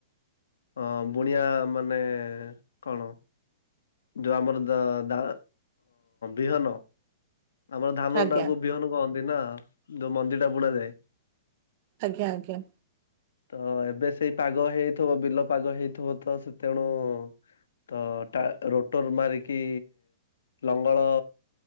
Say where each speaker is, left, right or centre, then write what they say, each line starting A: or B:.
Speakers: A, on the left; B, on the right.
A: ହଁ ବୁଣିଆ ମାନେ କଣ। ଯୋଉ ଆମର ଦା ବିହନ। ଆମର ଧାନଟାକୁ
B: ଆଜ୍ଞା
A: ବିହନ କଅନ୍ତି ନା ଯୋଉ ମଞ୍ଜିଟା ବୁଣା ଯାଏ।
B: ଆଜ୍ଞା ଆଜ୍ଞା।
A: ତ ଏବେ ସେଇ ପାଗ ହେଇଥିବ ବିଲ ପାଗ ହେଇଥିବ ତ ସେ ତେଣୁ। ତ ଟା ରୋଟର ମାରିକି ଲଙ୍ଗଳ।